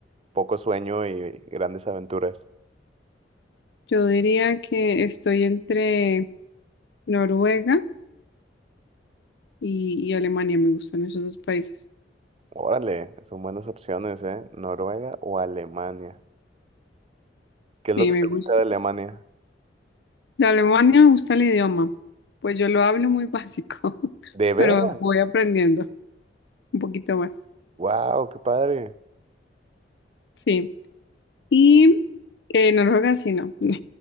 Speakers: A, on the right (about 35°); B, on the left (about 70°).
A: poco sueño y grandes aventuras?
B: Yo diría que estoy entre Noruega y, y Alemania, me gustan esos dos países.
A: Órale, son buenas opciones, ¿eh? Noruega o Alemania. ¿Qué es
B: Sí,
A: lo que
B: me
A: te
B: gusta.
A: gusta de Alemania?
B: De Alemania me gusta el idioma, pues yo lo hablo muy básico, <laughs>
A: ¿De veras?
B: pero voy aprendiendo un poquito más.
A: Wow, qué padre.
B: Sí. Y eh, Noruega sí no, <laughs> no,